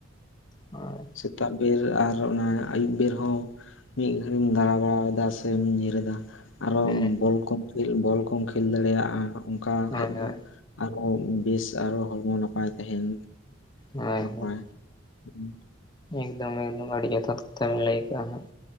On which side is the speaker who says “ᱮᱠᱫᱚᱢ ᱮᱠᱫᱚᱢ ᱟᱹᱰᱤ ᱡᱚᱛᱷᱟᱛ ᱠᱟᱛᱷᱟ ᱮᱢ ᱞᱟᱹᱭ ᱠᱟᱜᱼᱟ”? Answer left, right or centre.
Left